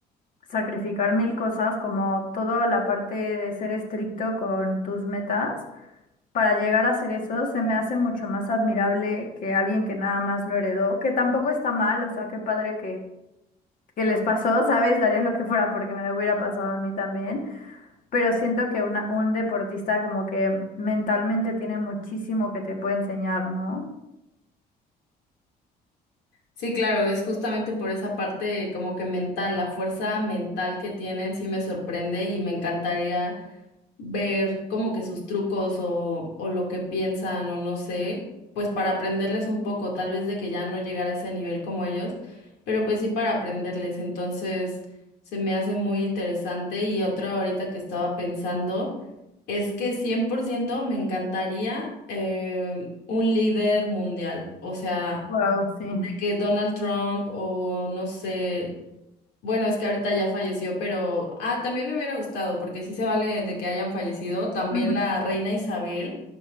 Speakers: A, on the left (about 55°); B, on the left (about 80°).
A: sacrificar mil cosas, como toda la parte de ser estricto con tus metas. Para llegar a hacer eso, se me hace mucho más admirable que alguien que nada más lo heredó, que tampoco está mal, o sea, qué padre que les pasó, ¿sabes? Daría lo que fuera porque me hubiera pasado a mí también, pero siento que una- un deportista como que mentalmente tiene muchísimo que te puede enseñar, ¿no?
B: Sí, claro, es justamente por esa parte como que mental, la fuerza mental que tienen, sí me sorprende y me encantaría ver como que sus trucos o, o lo que piensan o no sé, pues para aprenderles un poco, tal vez de que ya no llegara a ese nivel como ellos, pero pues sí para aprenderles. Entonces se me hace muy interesante y otro ahorita que estaba pensando es que 100% me encantaría eh, un líder mundial, o sea,
A: Wow, sí.
B: de que Donald Trump o no sé. Bueno, es que ahorita ya falleció, pero ah, también me hubiera gustado, porque sí se vale de que hayan fallecido, también
A: Ujú.
B: la reina Isabel.